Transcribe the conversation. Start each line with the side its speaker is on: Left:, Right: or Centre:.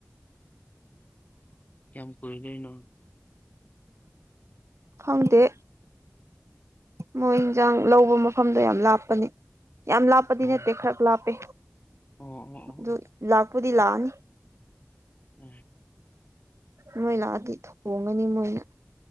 Left: ꯀꯌꯥꯝ ꯀꯨꯏ ꯗ‌ꯣꯏꯅꯣ
Right: ꯈꯪꯗꯦ ꯃꯣꯏ ꯏꯟꯁꯥꯡ ꯂꯧꯕ ꯃꯐꯝꯗꯣ ꯌꯥꯝ ꯂꯥꯞꯄꯅꯤ ꯌꯥꯝ ꯂꯥꯞꯄꯗꯤ
Left: ꯑꯣ
Right: ꯅꯠꯇꯦ ꯈꯔ ꯂꯥꯞꯄꯦ
Left: ꯑꯣ ꯑꯣ
Right: ꯑꯗꯨ
Left: ꯑ ꯑ
Right: ꯂꯥꯛꯄꯨꯗꯤ ꯂꯥꯛꯑ ꯅꯤ
Left: ꯎꯝ
Right: ꯃꯣꯏ ꯂꯥꯛꯑꯗꯤ ꯊꯣꯡꯉꯅꯤ ꯃꯣꯏꯅ